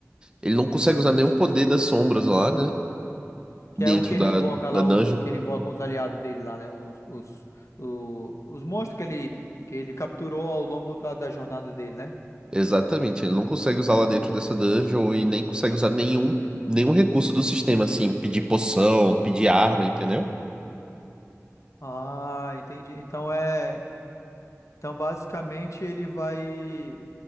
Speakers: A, on the right (about 15°); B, on the left (about 65°).
A: ele não consegue
B: Sim,
A: usar nenhum poder das sombras lá, né?
B: que
A: Dentro
B: é o que ele
A: da,
B: invoca
A: da
B: lá,
A: dungeon.
B: o que ele invoca os aliados dele lá, né? Os, os, o- os monstros que ele que ele capturou ao longo da, da jornada dele, né?
A: Exatamente, ele não consegue usar lá dentro dessa dungeon e nem consegue usar nenhum, nenhum recurso do sistema, assim, pedir poção, pedir arma, entendeu?
B: Ah, entendi. Então é Então, basicamente, ele vai.